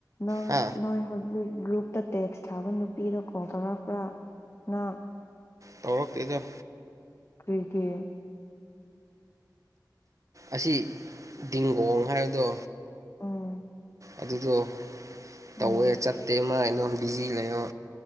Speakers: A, on the left; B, on the right.
A: ꯅꯪ
B: ꯍꯥ
A: ꯅꯣꯏ ꯍꯧꯖꯤꯛ ꯒꯔꯨꯞ ꯇ ꯇꯦꯛꯁ ꯊꯥꯕ ꯅꯨꯄꯤꯗꯣ ꯀꯣꯜ ꯇꯧꯔꯛꯄ꯭ꯔꯥ ꯅꯪ
B: ꯇꯧꯔꯛꯇꯦꯗ
A: ꯀꯔꯤꯒꯤ
B: ꯑꯁꯤ ꯗꯤꯡꯒꯣꯡ ꯍꯥꯏꯕꯗꯣ
A: ꯑꯣ
B: ꯑꯗꯨꯗꯣ ꯇꯧꯋꯦ
A: ꯎꯝ
B: ꯆꯠꯇꯦ ꯃꯥꯏꯅꯣ ꯕꯤꯖꯤ ꯂꯩꯌꯣ